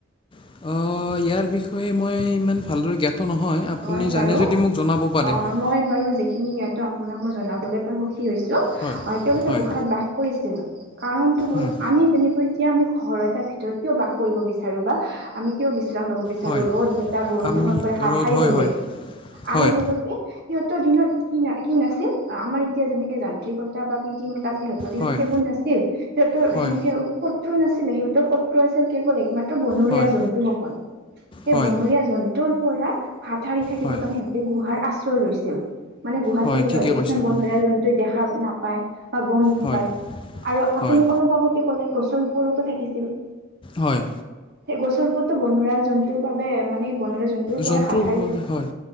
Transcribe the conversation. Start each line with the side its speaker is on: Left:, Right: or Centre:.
Left: অ', ইয়াৰ বিষয়ে মই ইমান ভালদৰে জ্ঞাত নহয়। আপুনি
Right: হয়।
Left: জানে
Right: বাৰু
Left: যদি মোক জনাব পাৰে
Right: অ',
Left: হয়
Right: মই বাৰু যিখিনি জ্ঞাত আপোনাক মই জনাবলে সুখী হৈছোঁ।
Left: হয়
Right: তেওঁলোকে
Left: হয়
Right: গোঁসাত বাস কৰিছিল। কাৰণটো হ'ল
Left: উম,
Right: আমি যেনেকৈ এতিয়া আমি ঘৰৰ এটা ভিতৰত কিয় বাস কৰিব বিচাৰোঁ বা আমি কিয় বিশ্ৰাম লব বিচাৰো
Left: হয়
Right: ৰ'দ বটা বৰষুণৰ
Left: আমি
Right: পৰা হাত
Left: ৰ'দ
Right: সাৰিবলৈ
Left: হয় হয়
Right: আৰু
Left: হয়
Right: লগত সিহঁতৰ দিনত কি কি নাছিল? আমাৰ এতিয়া যেনেকে যান্ত্ৰিকতা বা কৃতিত্ব <unintelligible>
Left: হয়
Right: সেইবোৰ নাছিল। সিহঁতৰ
Left: হয়
Right: সেনেকে শত্ৰু নাছিলে। সিহঁতৰ শত্ৰু আছিল। কেৱল একমাত্ৰ বনৰীয়া
Left: হয়
Right: জন্তুসকল। সেই
Left: হয়
Right: বনৰীয়া জন্তুৰ পৰা হাত সাৰি থাকিব
Left: হয়
Right: কাৰণে গুহাৰ আশ্ৰয় লৈছিল। মানে গুহাত
Left: হয়
Right: থাকিলে
Left: ঠিকে
Right: হয়তো
Left: কৈছে
Right: কিছুমান
Left: আপুনি
Right: বন্ধুৰীয়া জন্তুৱে দেখা নাপায় বা গম নাপায়।
Left: হয়
Right: আৰু আপুনি
Left: হয়
Right: অলপ আগতে কলে গছৰ ওপৰতো থাকিছিল।
Left: হয়।
Right: সেই গছ ওপৰটো বনৰীয়া জন্তুৰ বাবে মানে বন জন্তুৰ পৰা
Left: জন্তু
Right: হাত সাৰি থ
Left: হয়